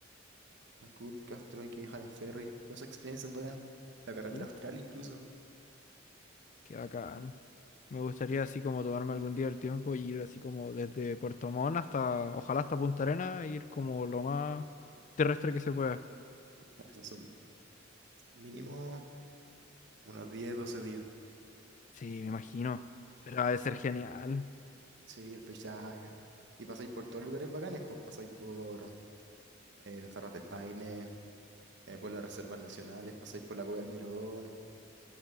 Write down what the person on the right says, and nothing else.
Ancud, Castro, hay que viajar en ferry. Todas esas experiencias bacán. La carretera
austral incluso.
O sea, son mínimo unos 10, 12 días.
Sí, el paisaje. Y pasáis por todos lugares bacanes, pues pasáis por eh, las Terras del Paine, eh, por las reservas nacionales, pasáis por la Cueva del Milodón.